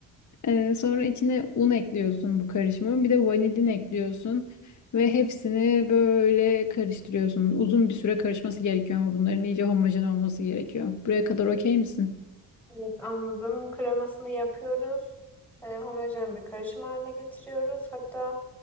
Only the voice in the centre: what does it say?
Evet anladım. Kremasını yapıyoruz. Ee, homojen bir karışım haline getiriyoruz. Hatta